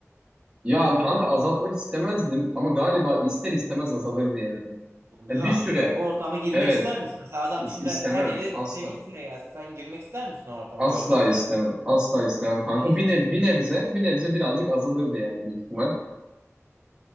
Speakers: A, on the right (about 15°); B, on the right (about 55°).
A: Ya kanka azaltmak istemezdim ama galiba ister istemez azalırdı yani.
B: Yani
A: E,
B: Bir zahmet
A: bir süre
B: kanka o ortama girmek
A: evet
B: ister misin? Mesela adam
A: is-
B: şimdi
A: istemem
B: her yere
A: asla.
B: sevgilisiyle gelse sen girmek ister misin o ortama
A: Asla
B: görmek ister
A: istemem.
B: misin?
A: Asla istemem kanka.
B: E, ister
A: Bir, ne- bir nebze, bir nebze birazcık azalırdı yani büyük ihtimal.